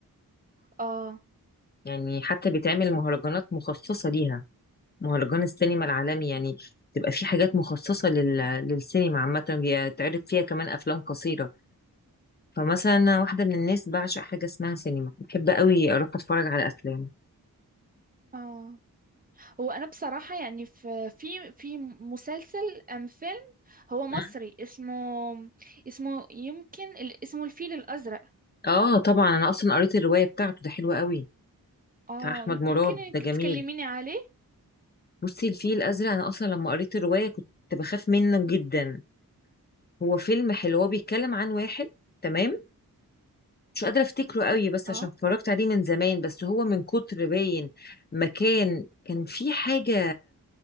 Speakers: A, on the right; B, on the left.
A: اه
B: يعني حتى بيتعمل مهرجانات مخصصة ليها مهرجان السينما العالمي يعني تبقى في حاجات مخصصة لل... للسينما عامة بيتعرض فيها كمان أفلام قصيرة فمثلا أنا واحدة من الناس بعشق حاجة اسمها سينما بحب قوي أروح أتفرج على أفلام
A: اه هو انا بصراحة يعني في في في مسلسل ام فيلم هو مصري
B: مم.
A: اسمه اسمه يمكن ال- اسمه الفيل الازرق
B: آه طبعا أنا أصلا قريت الرواية بتاعته ده حلوة قوي
A: اه
B: بتاع أحمد مراد
A: ممكن انك
B: ده جميل
A: تكلميني عليه
B: بصي الفيل الأزرق أنا أصلا لما قريت الرواية كنت بخاف منه جدا هو فيلم حلو هو بيتكلم عن واحد تمام مش قادرة أفتكره قوي بس
A: اه
B: عشان اتفرجت عليه من زمان بس هو من كتر باين مكان كان في حاجة